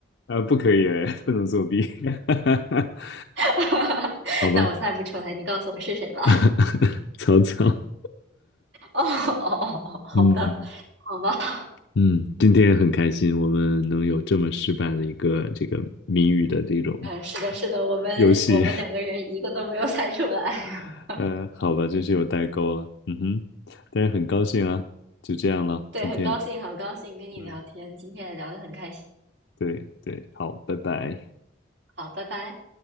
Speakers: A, on the left; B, on the right.
A: 啊，不可以，哎 <laughs> 不能作弊，<laughs>
B: <laughs>
A: 好吧。
B: 那我猜不出来，你告诉我是谁吧？
A: <laughs> 草草，
B: <laughs> 哦哦哦哦，<laughs> 好的，
A: 嗯
B: 好吧，<laughs>
A: 嗯，今天很开心，我们能有这么失败的一个这个谜语的这种
B: 呃，是的，是的，我们我们两个人一个都没有猜出来。
A: 游戏，<laughs>
B: <laughs>
A: 呃，好吧，真是有代沟了，嗯哼，但是很高兴啊，就这样了，
B: 对，
A: 今天，
B: 很高兴，好高兴跟你聊天，
A: 嗯，
B: 今天也聊得很开心。
A: 对对，好，拜拜。
B: 好，拜拜。